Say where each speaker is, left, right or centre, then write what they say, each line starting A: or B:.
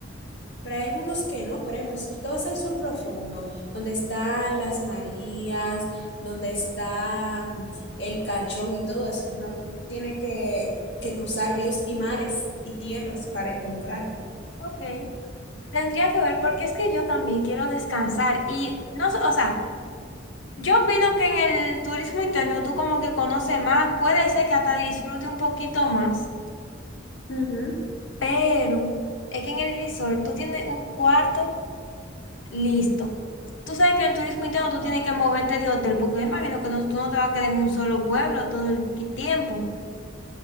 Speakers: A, on the left; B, on the left.
A: Pero hay algunos que no. Por ejemplo, si tú te vas al sur profundo, donde están las Marías, donde está mm, el Cachón y todo eso, no tiene que, que cruzar ríos y mares y tierras para encontrarlo.
B: Ok, tendría que ver, porque es que yo también quiero descansar y no, sé, o sea. Yo opino que en el turismo interno tú como que conoces más, puede ser que hasta disfrute un poquito más,
A: Ujú,
B: pero es que en el resort tú tienes un cuarto listo. Tú sabes que en el turismo interno tú tienes que moverte de hotel, porque me imagino que no- tú no te vas a quedar en un solo pueblo todo el qui- tiempo.